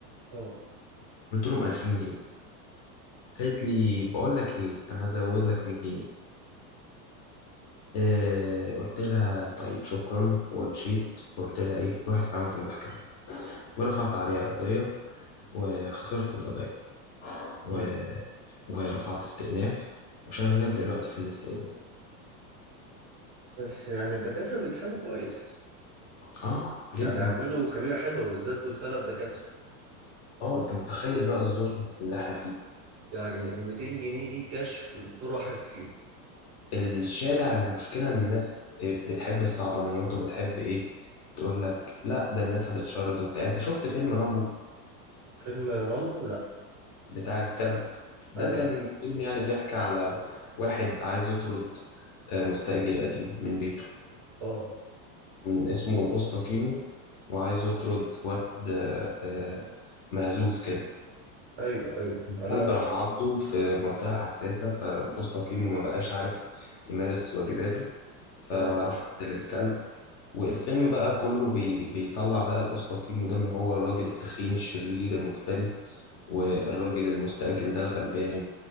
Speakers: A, on the right (about 15°); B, on the left (about 45°).
A: اه
B: قلت لهم 2000 جنيه قالت لي بقول لك إيه أنا هزود لك 100 جنيه آه قلت لها طيب شكرا ومشيت قلت لها إيه روحي ادفعهم في المحكمة ورفعت عليها قضية وخسرت القضية و...
A: مم.
B: ورفعت استئناف وشغال دلوقتي في الاستئناف
A: بس يعني الدكاترة بيكسبوا كويس
B: اه جدا
A: يعني بيعملوا خميرة حلوة بالذات دول تلات دكاترة
B: اه انت متخيل بقى الظلم اللي احنا فيه
A: يعني ال 200 جنيه دي كشف في دكتور واحد فيهم
B: الشارع المشكلة ان الناس بتحب الصعبانيات وبتحب ايه تقول لك لا ده الناس هتتشرد وبتاع انت شفت فيلم رامبو
A: فيلم رامبو لا
B: بتاع الكلب ده
A: آه لا
B: كان فيلم يعني بيحكي على واحد عايز يطرد آه، مستأجر قديم من بيته
A: اه
B: كان اسمه الأسطى كيمو وعايز يطرد واد آه، آه، مهزوز كده
A: ايوه ايوه انا
B: كلب راح عضه في منطقة حساسة فالقوس تقييمه ما بقاش عارف يمارس واجباته فراح
A: اه
B: قتل الكلب والفيلم بقى كله بي بيطلع بقى القوس تقييمه ده إن هو الراجل التخين الشرير المفتري والراجل
A: آه.
B: المستأجر ده الغلبان